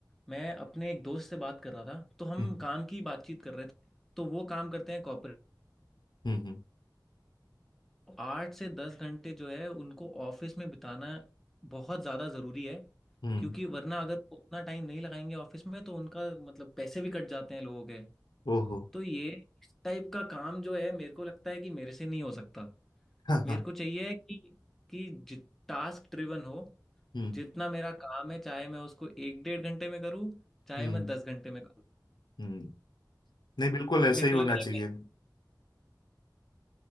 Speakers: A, in the centre; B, on the left (about 75°).
A: मैं अपने एक दोस्त से बात कर रहा था तो हम
B: हम्म
A: काम की बातचीत कर रहे थे तो वो काम करते हैं कॉर्पोरेट
B: हम्म हम्म
A: आठ से दस घंटे जो है उनको ऑफिस में बिताना बहुत ज़्यादा ज़रूरी है
B: हम्म,
A: क्योंकि वरना अगर वो उतना टाइम नहीं लगाएंगे ऑफिस में तो उनका मतलब पैसे भी कट जाते हैं लोगों के
B: ओहो
A: तो ये इस टाइप का काम जो है मेरे को लगता है कि मेरे से नहीं हो सकता
B: हाँ
A: मेरे
B: हाँ
A: को चाहिए कि कि टास्क ड्रिवन हो
B: हम्म
A: जितना मेरा काम है चाहे मैं उसको एक डेढ़ घंटे में करूँ चाहे
B: हम्म
A: मैं दस घंटे में करूँ
B: हम्म नहीं बिल्कुल
A: मेरे
B: ऐसा ही
A: को
B: होना
A: लग रहा
B: चाहिए
A: है मैं